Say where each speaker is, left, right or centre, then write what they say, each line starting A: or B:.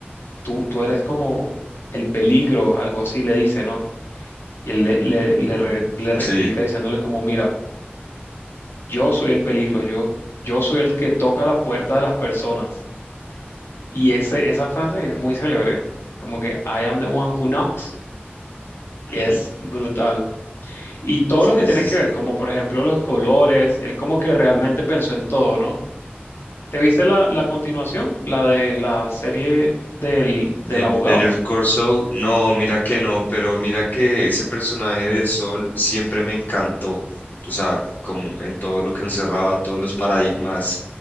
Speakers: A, on the left; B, on the left.
A: tú, tú eres como el peligro, algo así le dice, ¿no? Y él le, le,
B: Mm,
A: le, re- le replica
B: sí,
A: diciéndole como, mira, yo soy el peligro, yo, yo soy el que toca la puerta de las personas. Y ese, esa frase es muy célebre, como que I am the one who knocks, y
B: ujú,
A: es brutal. Y todo
B: Sí,
A: lo que tiene
B: sí,
A: que
B: sí.
A: ver, como por ejemplo los colores, él como que realmente pensó en todo, ¿no? ¿Te viste la, la continuación? La de la serie del,
B: De
A: del abogado.
B: Better Call Saul, no, mira que no, pero mira que ese personaje de Sol siempre me encantó. O sea, como en todo lo que encerraba, todos los paradigmas